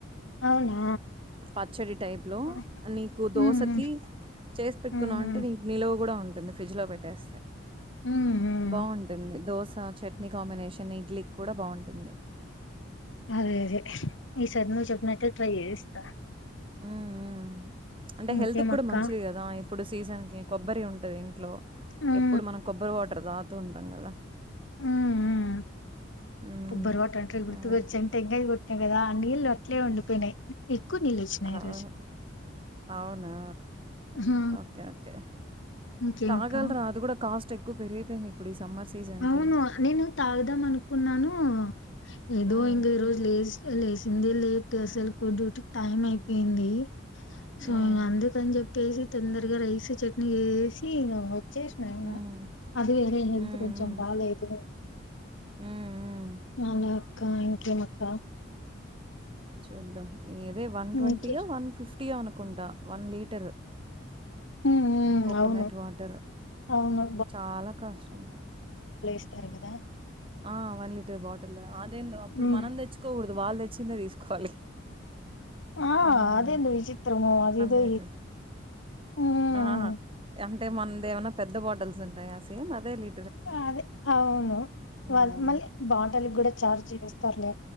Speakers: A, on the left; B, on the right.
A: అవునా
B: పచ్చడి టైప్లో
A: హ్మ్.
B: నీకు
A: హ్మ్.
B: దోశకి చేసి పెట్టుకున్నావంటే
A: హ్మ్. హ్మ్.
B: నీకు నిల్వ కూడా ఉంట కొన్ని ఫ్రిడ్జ్లో పెట్టేస్తాయి
A: హ్మ్ హ్మ్
B: బాగుంటుంది దోస చట్నీ కాంబినేషన్ ఇడ్లీ కి కూడా బాగుంటుంది
A: అదే అదే ఈ సారి నువ్వు చెప్పినట్టటు ట్రై చేస్తా
B: మ్మ్ మ్మ్ అంటే
A: ఇంకేమక్క
B: హెల్త్ కూడా మంచిది కదా ఇప్పుడు సీజన్కి కొబ్బరి ఉంటది ఇంట్లో
A: హ్మ్
B: ఎప్పుడు మన కొబ్బరి వాటర్ దాగ్ తో ఉంటం గద
A: మ్మ్
B: హ్మ్
A: కొబ్బరీ వాటర్ అంటే గుర్తుకు
B: అదే
A: వచ్చింది టెంకాయ్ గో కదా నీళ్లు అట్లే ఉండిపోయినాయి ఎక్కువ నీళ్ళు వచ్చినాయి
B: అవును
A: ఈ రోజు
B: అవునా
A: హా
B: ఓకే ఓకే
A: ఇంకేమక్క
B: తాగలరా అది కూడా కాస్ట్ ఏక్ ఎక్కువ పెరిగిపోయింది ఎపుడు ఈ సమ్మర్ సీజన్‌కి.
A: అవును నేను తాగుదాం అనుకున్నాను ఏదో
B: హ్మ్.
A: ఇంకా ఈ రోజు లే లేసింది లేట్ అసలు డ్యూటీ కి టైం అయిపోయింది సో
B: హ్మ్.
A: అందుకని చెప్ ప్పేసి తొందరగా రైస్ చట్నీ వేసి ఇంగ వచ్చేసిన ఇంగ
B: హ్మ్.
A: అదే అదే హెల్త్
B: హ్మ్. హ్మ్.
A: కొంచెం కొంచం బాలేదు
B: హ్మ్. హ్మ్.
A: అలా అక్క ఇంకే అక్క
B: చూద్దాం ఏదో వన్ ట్వంటీ
A: ఇంకే
B: యో వన్ ఫిఫ్ పీఓ అనుకుంటా వన్ లీటరు
A: ఉమ్ ఉమ్
B: కోకోనట్
A: అవును
B: వాటర్
A: అవును
B: చాలా కష్టం
A: స్తారు కదా
B: ఆ one litre bottle online అప్పుడు
A: ఉమ్
B: మనం తెచ్చుకోకూడదు వాళ్ళు తెచ్చ ఇచ్చిందే తీసుకోవాలి
A: ఆ
B: హ్మ్.
A: అది ఏందో విచిత్రము అదేదో
B: లీటర్.
A: ఉమ్
B: ఆ అంటే మంది ఏమన్నా పెద్ద బాటిల్స్ ఉన్నాయా సేమ్ అదే లీ
A: అదే అవును
B: మ్మ్
A: మళ్ళీ బాటల్ కూడా చార్జ్ చేస్ తర్లే